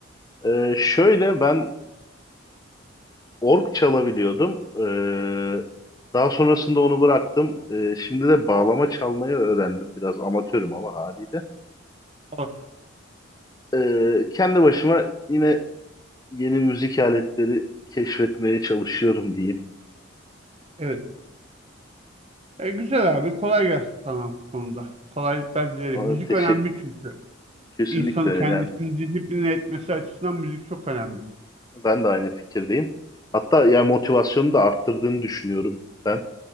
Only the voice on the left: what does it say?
Ee, şöyle ben org çalabiliyordum. Ee, daha sonrasında onu bıraktım. Ee, şimdi de bağlama çalmayı öğrendim. Biraz amatörüm ama haliyle.
Ee, kendi başıma yine yeni müzik aletleri keşfetmeye çalışıyorum diyeyim.
Aa,
teşe-
kesinlikle
yani
ben de aynı fikirdeyim. Hatta yani motivasyonu da arttırdığını düşünüyorum ben.